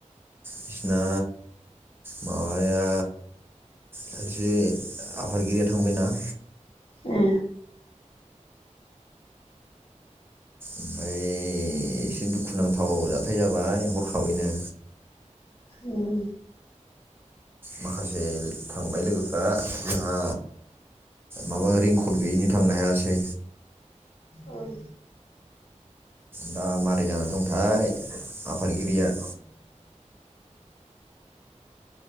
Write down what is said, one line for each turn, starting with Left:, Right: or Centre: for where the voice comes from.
Right: बिसिना माबाया सासे आफादगिरिया थांबायना-
Left: ए
Right: ओमफ्राय एसे दुखुुनांथाव जाथाय जाबाय हरखाबैनो।
Left: उम
Right: माखासे थांबाय लोगोफ्रा जोंहा माबा रिंकड गैयैनि थांनो हायासै।
Left: उम
Right: दा मारै जानानै दंथाय आफादगिरिया